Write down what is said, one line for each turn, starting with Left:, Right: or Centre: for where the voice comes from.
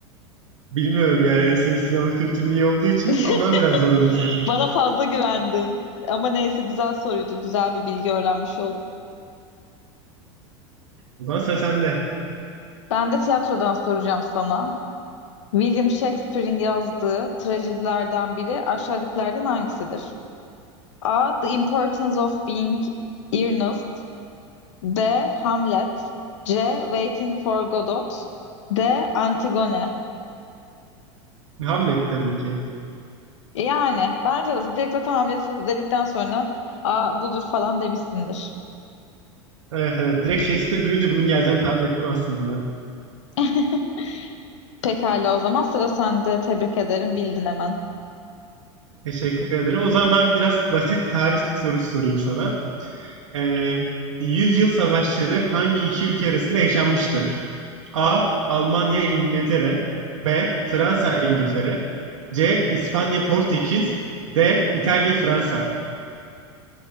Right: Bilmiyorum yani. Senin sinema kültürün iyi olduğu için
Left: <laughs>
Right: ondan biraz zorladım seni.
Left: Bana fazla güvendin. Ama neyse güzel soruydu. Güzel bir bilgi öğrenmiş oldum.
Right: O zaman sıra sende.
Left: Ben de tiyatrodan soracağım sana. William Shakespeare'in yazdığı trajedilerden biri aşağıdakilerden hangisidir? A. The Importance of Being Earnest B. Hamlet C. Waiting for Godot D. Antigone
Right: Muhammed tabii ki.
Left: Yani bence de direkt zaten Hamlet'i dedikten sonra A budur falan demişsindir.
Right: Evet evet. Direkt Shakespeare duyunca bunun geleceğini tahmin ettim aslında.
Left: <laughs> Pekala o zaman sıra sende. Tebrik ederim. Bildin hemen.
Right: Teşekkür ederim. O zaman ben biraz basit bir tarih sorusu sorayım sana. Ee, Yüzyıl savaşları hangi iki ülke arasında yaşanmıştır? A. Almanya İngiltere B. Fransa İngiltere C. İspanya Portekiz D. İtalya Fransa